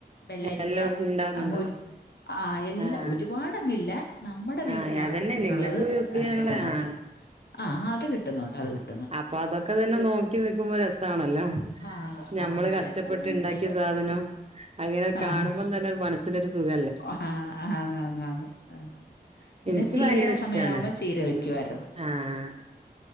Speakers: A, on the left (about 85°); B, on the right (about 40°).
A: വെള്ളരിക്ക
B: എല്ലാം ഉണ്ടാവുന്നുണ്ടോ
A: അങ്ങ് ഒരു ആ എല്ലാം
B: ആഹ്
A: ഒരുപാടങ്ങില്ല നമ്മടെ വീട്ടിലാവശ്യത്തിനുള്ളത്
B: ആഹ് അതന്നെ നിങ്ങക്ക് യൂസ് ചെയ്യാനുള്ള
A: കിട്ടുന്നുണ്ട്
B: ആഹ്
A: ആഹ് അത് കിട്ടുന്നുണ്ട് അത് കിട്ടും
B: അപ്പൊ അതൊക്കെ തന്നെ നോക്കി നിക്കുമ്പോ രസ് സാ ആണല്ലോ
A: ആഹ്
B: ഞമ്മള്
A: ആഹ് അത്
B: കഷ്ടപ്പെട്ട്
A: തന്നെ അത് തന്നെ
B: ഉണ്ടാക്കിയ സാധനം അങ്ങനെ
A: ആഹ്
B: കാണുമ്പം തന്നെ ഒരു മനസ് സിനൊരു സുഖ
A: ആഹ് ആന്നാന്നാണ് ആന്ന് പിന്നെ
B: എനിക്ക്
A: ചീരയുടെ
B: ഭയങ്കര
A: സമയമാവുമ്പോ
B: ഇഷ്ടാണ്
A: ചീര
B: ഉം
A: വയ്ക്കുവായിരുന്നു
B: ആഹ്